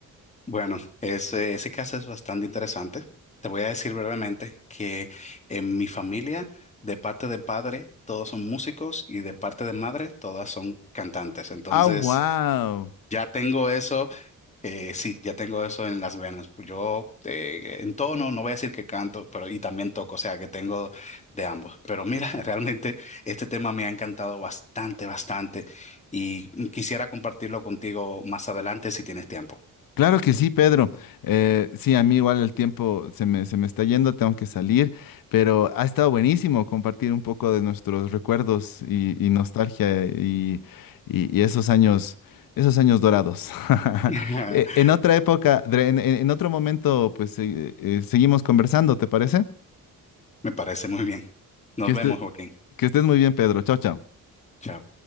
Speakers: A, on the left; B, on the left.
A: Bueno, ese, ese caso es bastante interesante. Te voy a decir brevemente que en mi familia, de parte de padre, todos son músicos y de parte de madre, todas son cantantes. Entonces,
B: Ah, wow.
A: ya tengo eso, eh, sí, ya tengo eso en las venas. Pues Yo eh, en tono, no voy a decir que canto, pero y también toco, o sea, que tengo de ambos. Pero mira, <laughs> realmente este tema me ha encantado bastante, bastante y quisiera compartirlo contigo más adelante si tienes tiempo.
B: Claro que sí, Pedro. Eh, sí, a mí igual el tiempo se me, se me está yendo, tengo que salir, pero ha estado buenísimo compartir un poco de nuestros recuerdos y, y nostalgia y, y- y esos años, esos años dorados. <laughs>
A: <laughs>
B: Eh, En otra época, Dre- en, en- en otro momento, pues eh, eh, seguimos conversando, ¿te parece?
A: Me parece muy bien. Nos
B: Que estés,
A: vemos, Joaquín.
B: que estés muy bien, Pedro. Chao, chao.
A: Chao.